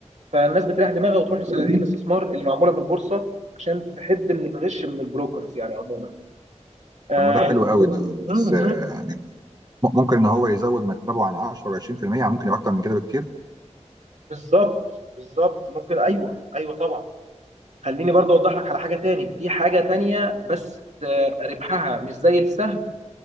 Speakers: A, on the right; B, on the right.
A: فالناس بتريح دماغها وتروح
B: طيب.
A: لصناديق الاستثمار اللي معموله من البورصه عشان تحد من الغش من البروكرز يعني عموما آه
B: طب ما ده حلو قوي ده
A: مم.
B: بس آه، م- ممكن ان هو يزود مكسبه عن 10 و 20% ممكن يبقى اكتر من كده بكتير
A: بالظبط بالظبط ممكن ايوه ايوه طبعا خليني برضه اوضح لك على حاجه تاني في حاجه تانية بس آه، ربحها مش زي السهم